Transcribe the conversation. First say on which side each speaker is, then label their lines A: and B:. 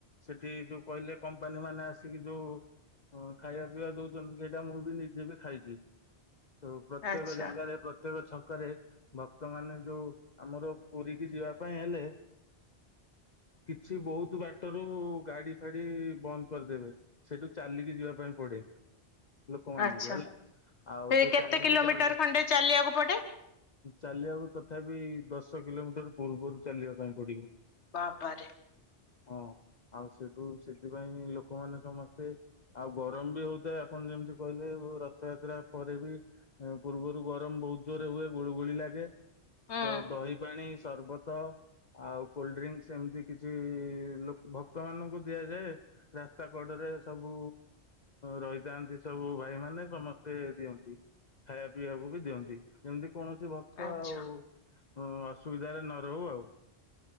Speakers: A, on the left; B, on the left.
A: ସେଠି ଯୋଉ କହିଲେ କମ୍ପାନୀ ମାନେ ଲୋକମାନେ ଆସିକି ଯୋଉ ଖାଇବା ପିଇବା ଦଉଛନ୍ତି ସେଇଟା ମୁଁ ବି ନିଜେ ବି ଖାଇଛି। ଆ ପ୍ରତ୍ୟେକ
B: ଆଚ୍ଛା
A: ଜାଗାରେ ପ୍ରତ୍ୟେକ ଛକ କରେ ଭକ୍ତ ମାନ ଯୋଉ ଆମର ପୁରୀ କିି ଯିବା ପାଇଁ ହେଲେ କିଛି ବହୁତ ବାଟରୁ ଗାଡି ଫାଡି ବନ୍ଦ କରିଦେବେ ସେଠୁ ଚାଲିକି ଯିବା ପାଇଁ ପଡେ। ଲୋକମାନଙ୍କୁ
B: ଆଚ୍ଛା
A: ହେଲା ଆଉ
B: ସେ
A: ତ
B: କେତେ
A: ଚାଲିକି
B: କିଲୋମିଟର
A: ଯାଉଛ
B: ଖଣ୍ଡେ ଚାଲିବାକୁ ପଡେ?
A: ଚାଲିବାକୁ ତଥାପି ଦଶ ଦଶ କିଲୋମିଟର ପୂର୍ବରୁ ଚାଲିବା ପାଇଁ ପଡିବ
B: ବାପାରେ
A: ହଁ ଆଉ ସେଠୁ ସେଥିପାଇଁ ଲୋକ ଲୋକମାନେ ସମସ୍ତେ ଆଉ ଗରମ ବି ହଉଥାଏ ଆପଣ ଯେମିତି କହିଲେ ରଥଯାତ୍ରା ପରେ ବି ପୂର୍ବରୁ ଗରମ ବହୁତ ଜୋରରେ ହୁଏ ଗୁଳୁଗୁଳି ଲାଗେ
B: ହୁଁ
A: ତ ଦହି ପାଣି ସରବତ ଆଉ କୋଲଡ୍ରେକ୍ସ ଏମିତି କିଛି ଭକ୍ତ ମାନଙ୍କୁ ଦିଆଯାଏ। ରାସ୍ତା କଡରେ ସବୁ ରହିଥାନ୍ତି ସବୁ ଭାଇ ମାନେ ସମସ୍ତେ ଦିଅନ୍ତି ଖାଇବା ପିଇବାକୁ ବି ଦିଅନ୍ତି ଯେମିତି କୌଣସି ଭକ୍ତ ଆଉ
B: ଆଚ୍ଛା
A: ହଁ ଅସୁବିଧାରେ ନ ରହୁ ଆଉ।